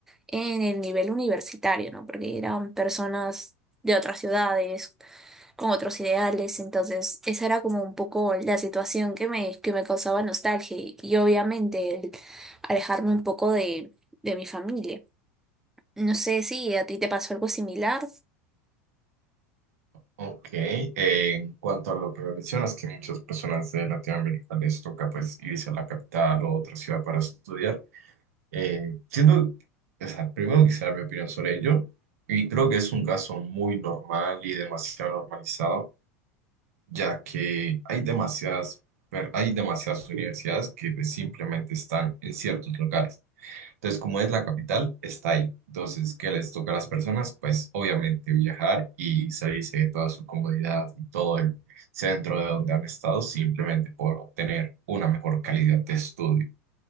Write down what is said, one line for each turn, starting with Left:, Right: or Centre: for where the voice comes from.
Centre: en el nivel universitario, ¿no? Porque eran personas de otras ciudades con otros ideales, entonces esa era como un poco la situación que me, que me causaba nostalgia y, y obviamente el alejarme un poco de, de mi familia. No sé si a ti te pasó algo similar.
Right: Ok, eh, en cuanto a lo que mencionas, que muchas personas de Latinoamérica les toca pues irse a la capital o otra ciudad para estudiar, eh, siendo, o sea, primero quisiera dar mi opinión sobre ello, y creo que es un caso muy normal y demasiado normalizado, ya que hay demasiadas, per- hay demasiadas universidades que pues, simplemente están en ciertos lugares. Entonces, como es la capital, está ahí. Entonces, ¿qué les toca a las personas? Pues obviamente viajar y salirse de toda su comodidad y todo el centro de donde han estado simplemente por obtener una mejor calidad de estudio.